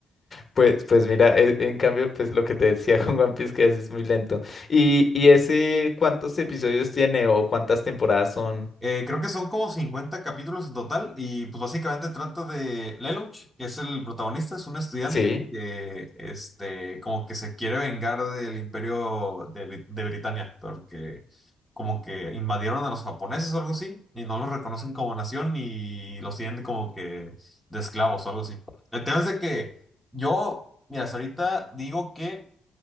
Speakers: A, on the left; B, in the centre.
A: Pues, pues mira, e- en cambio, pues lo que te decía <laughs> con One Piece, que a veces es muy lento. ¿Y, y ese cuántos episodios tiene o cuántas temporadas son?
B: Eh, creo que son como 50 capítulos en total y pues básicamente trata de Lelouch, que es el protagonista, es un estudiante
A: Sí.
B: que este, como que se quiere vengar del imperio de, Bri- de Britania, porque como que invadieron a los japoneses o algo así y no los reconocen como nación y los tienen como que de esclavos o algo así. El tema es de que yo, mira, hasta ahorita digo que...